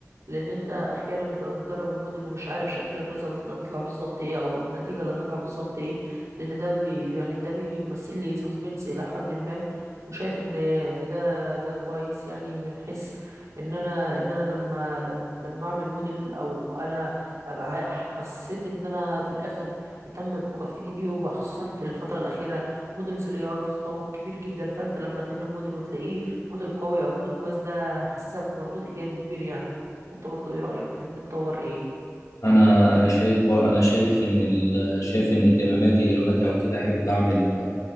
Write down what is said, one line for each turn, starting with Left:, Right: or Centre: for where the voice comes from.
Right: لان انت احيانا بتبقى بتدرب الموديل ومش عارف شكل الريزلت اللي هتطلع بالظبط ايه او النتيجه اللي هتطلع بالظبط ايه لان ده بي يعني ده بيمثل لي سسبنس الى حد ما وشايف ان ان ده ده كويس يعني من حيث ان انا ان انا لما لم- لما اعمل موديل او انا ابقى ح- حسيت ان انا في الاخر تمت مكافئتي بيه وخصوصا في الفتره الاخيره موديلز الاي اي في تطور كبير جدا فانت لما تعمل موديل وتلاقيه موديل قوي او موديل كويس ده هيحسسك بمردود ايجابي كبير يعني وانت برضو ايه رأيك تحب تطور ايه
Left: انا انا شايف بر- انا شايف ان ال... شايف ان اهتماماتي دلوقتي او كده احب اعمل